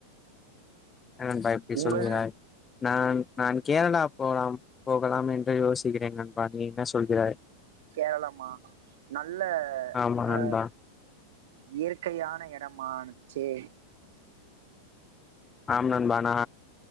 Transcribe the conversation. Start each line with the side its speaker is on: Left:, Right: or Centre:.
Left: என்ன நண்பா இப்டி
Right: உங்கள்
Left: சொல்கிறாய் நான் நான் கேரளா போலாம் போகலாம் என்று யோசிக்கிறேன் நண்பா நீ என்ன சொல்கிறாய்
Right: கேரளமா நல்ல
Left: ஆமா நண்பா
Right: அஹ் இயற்கையான எடமாச்சே
Left: ஆம் நண்பா நா